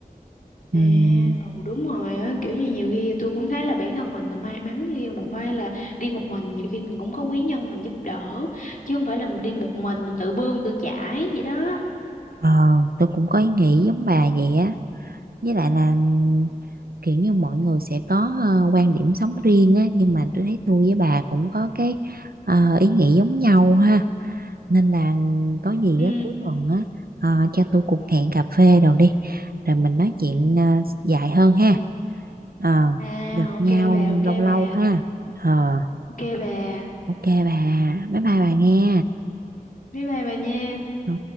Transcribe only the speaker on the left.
À,
ừ đúng rồi á, kiểu như nhiều khi tôi cũng thấy là bản thân mình là may mắn khi một vai là đi một mình, nhiều khi mình cũng có quý nhân mình giúp đỡ, chứ không phải là mình đi một mình mình tự bươn tự chải vậy đó.
Ừ.
À,
ok
bà, ok
bà,
ok bà.
Bye bye bà nha.